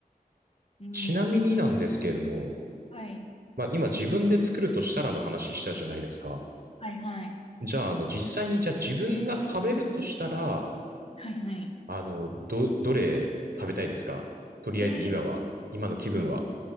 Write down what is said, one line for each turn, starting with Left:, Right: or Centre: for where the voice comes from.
Left: うん。
Right: ちなみになんですけれども、
Left: はい。
Right: まあ今自分で作るとしたらの話したじゃないですか。
Left: はいはい。
Right: じゃあ、あの、実際にじゃあ自分が食べるとしたら、
Left: はいはい。
Right: あの、ど、どれ食べたいですかとりあえず今は、
Left: えー、
Right: 今の気分は。